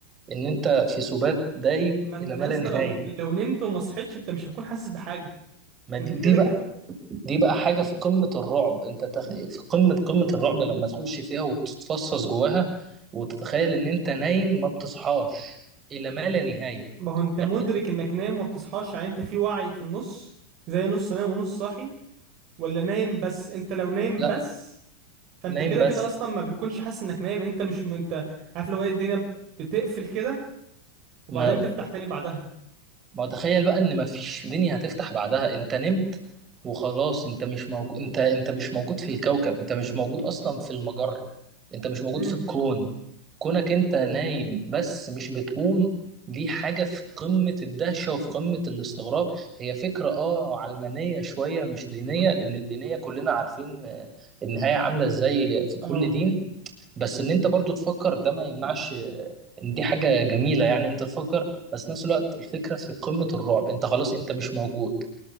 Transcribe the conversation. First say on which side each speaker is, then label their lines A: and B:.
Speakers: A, on the right; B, on the right.
A: ان انت في سبات دايم
B: ما انت
A: الى ما
B: يا
A: لا
B: اسطى
A: نهاية
B: لو لو نمت وما صحيتش انت مش هتكون حاسس بحاجه
A: ما دي
B: انت
A: دي
B: كده كده
A: دي بقى حاجة في قمة الرعب انت تخ... في قمة قمة الرعب لما تخش فيها وتتفصص جواها وتتخيل ان انت نايم ما بتصحاش الى ما لا نهاية
B: ما هو انت
A: يعني
B: مدرك انك نايم وما بتصحاش يعني انت في وعي في النص زي نص نايم ونص صاحي ولا نايم بس انت لو نايم
A: لا
B: بس فانت
A: نايم
B: كده
A: بس
B: كده اصلا ما بتكونش حاسس انك نايم انت مش م... انت عارف لو ايه الدنيا بتقفل كده وبعدين
A: ما
B: تفتح تاني بعدها
A: ما هو تخيل بقى ان مفيش دنيا هتفتح بعدها انت نمت وخلاص انت مش موجود انت انت مش موجود في الكوكب انت مش موجود اصلا في المجرة انت مش موجود
B: امم
A: في الكون كونك انت
B: ايوه
A: نايم
B: ايوه
A: بس مش بتقوم دي حاجة في قمة الدهشة وفي قمة الاستغراب هي فكرة اه علمانية شوية مش دينية
B: مم.
A: لأن الدينية كلنا عارفين آه، النهاية عاملة ازاي في كل
B: اه
A: دين بس ان انت برضو تفكر ده ما يمنعش ان دي حاجة جميلة يعني انت تفكر بس نفس الوقت الفكرة في قمة الرعب انت خلاص انت مش موجود